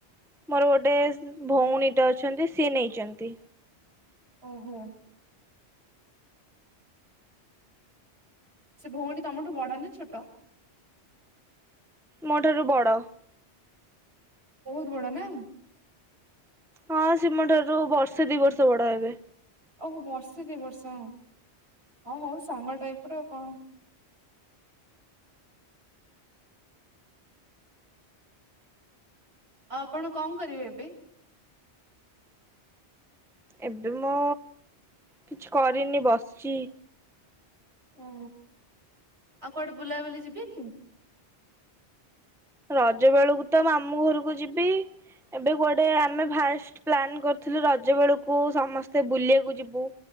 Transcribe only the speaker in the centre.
ମୋର ଗୋ ଡେସ୍ ଭଉଣୀଟା ଅଛନ୍ତି ସିଏ ନେଇଚନ୍ତି।
ମୋ ଠାରୁ ବଡ଼।
ହଁ ସି ମୋ ଠାରୁ ବର୍ଷେ ଦି ବର୍ଷ ବଡ଼ ହେବେ।
ଏବେ ମୁଁ କିଛି କରିନି ବସଚି।
ରଜ ବେଳୁକୁ ତ ମାମୁଁ ଘରୁକୁ ଯିବି। ଏବେ କୁଆଡ଼େ ଆମେ ଫାଷ୍ଟ ପ୍ଲାନ୍ କରିଥିଲୁ ରଜ ବେଳୁକୁ ସମସ୍ତେ ବୁଲିବାକୁ ଯିବୁ